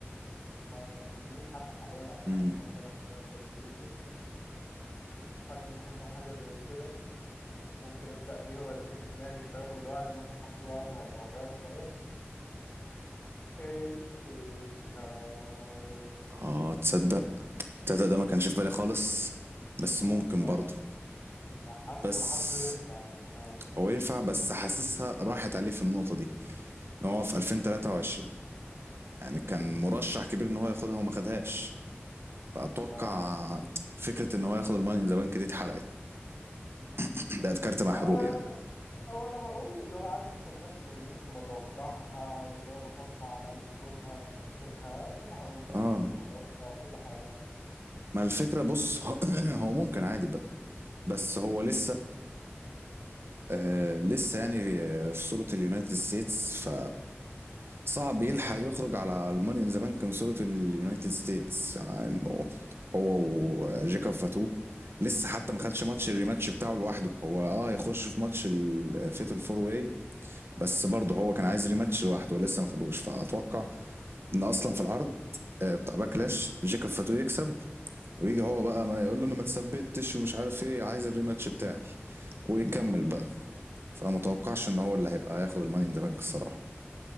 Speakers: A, on the left; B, on the right.
A: هما مهمين حتى حاليا او في
B: امم
A: اخر كام سنه في الدبليو دبليو اي ونفسي اشوفه في حاجه مهمه وحاجه زي كده ممكن ابدا بيه هو اللي جه في دماغي شويه واللي هو الم- حاسه برضه هيبقى واقعي شويه ال اي نايت
B: اه تصدق تصدق ده ما كانش في بالي خالص بس
A: اه
B: ممكن
A: الصراحه
B: برضو
A: أنا حاسه
B: بس
A: حاسه ينفع يعني اه
B: هو ينفع بس حاسسها راحت عليه في النقطه دي ان هو في 2023 يعني كان
A: أمم.
B: مرشح كبير ان هو ياخدها وما خدهاش فاتوقع
A: اه
B: فكره ان هو ياخد الماني ان ذا بانك دي اتحرقت <clears throat> بقت كارت محروق
A: آه،
B: يعني
A: هو انا بقول اللي هو عارف انت الناس اللي ممكن بتوقعها او اللي هو بتوقع على الاقل وجودها منافستها منها امنيه
B: اه
A: منها توقع كل حاجه
B: ما الفكرة بص <clears throat> هو ممكن عادي بقى بس هو لسه آه لسه يعني في صورة اليونايتد ستيتس ف صعب يلحق يخرج على الماني ان ذا بانك من صورة اليونايتد ستيتس يعني هو وجيكاب فاتو لسه حتى ما خدش ماتش الريماتش بتاعه لوحده هو اه يخش في ماتش الفيتال فور واي بس برضه هو كان عايز ريماتش لوحده ولسه ما خدوش فاتوقع ان اصلا في العرض آه، بتاع باكلاش جيكاب فاتو يكسب ويجي هو بقى ما يقول له انا ما تثبتش ومش عارف ايه عايز الريماتش بتاعي ويكمل
A: آه.
B: بقى فما توقعش ان هو اللي هيبقى هياخد الماني ان ذا بانك الصراحه